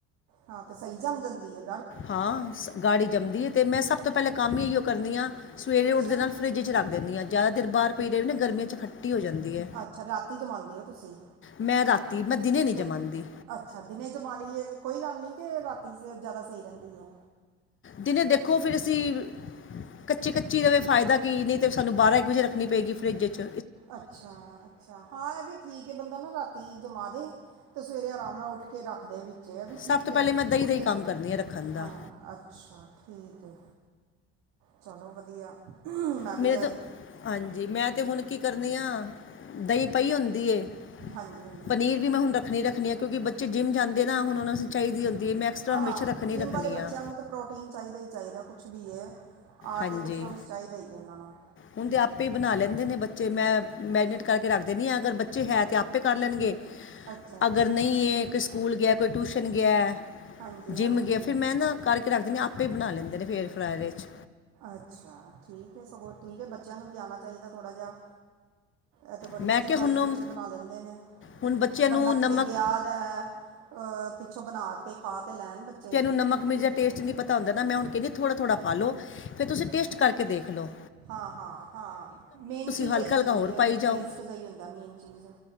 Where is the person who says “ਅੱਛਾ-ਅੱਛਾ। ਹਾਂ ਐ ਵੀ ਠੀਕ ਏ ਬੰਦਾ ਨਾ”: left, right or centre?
Right